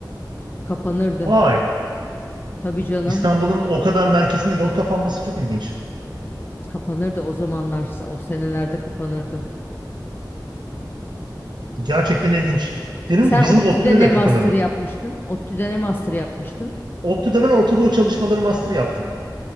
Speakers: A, on the left (about 25°); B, on the right (about 70°).
A: Kapanırdı.
B: Ay,
A: Tabii canım.
B: İstanbul'un o kadar merkezinde yol kapanması çok ilginç.
A: Kapanırdı o zamanlarsa. O senelerde kapanırdı.
B: Gerçekten ilginç. Dedim
A: Sen
B: ki bizim
A: ODTÜ'de
B: ODTÜ'de
A: ne
B: de
A: master
B: kapanırdı.
A: yapmıştın? ODTÜ'de ne master yapmıştın?
B: ODTÜ'de ben Orta Doğu çalışmaları master yaptım.